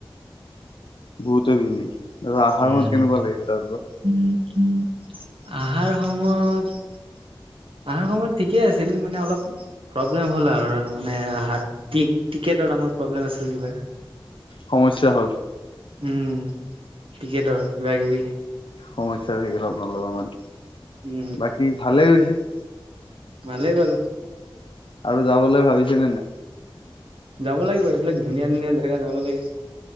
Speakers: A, on the left (about 70°); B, on the right (about 80°).
A: বহুতেই ভিৰ নেকি।
B: উম,
A: তাৰপিছত আহাৰ সময়ত কেনেকুৱা লাগিল
B: উমম।
A: তাৰ পৰা
B: আহাৰ সময়ত। আহাৰ সময়ত ঠিকেই আছিল মানে অলপ প্ৰব্লেম হ'ল আৰু মানে টিকেটত আমাৰ প্ৰব্লেম আছিল কিবা।
A: সমস্যা হ'ল।
B: উম, টিকেটৰ কিবা কিবি।
A: সমস্যা থাকিল আপোনালোকৰ মান।
B: উম
A: বাকী ভালেই হৈছে।
B: ভালে গ'ল।
A: আৰু যাবলৈ ভাবিছে নে - নে।
B: যাব লাগিব এইবিলাক ধুনীয়া - ধুনীয়া জেগা যাব লাগে।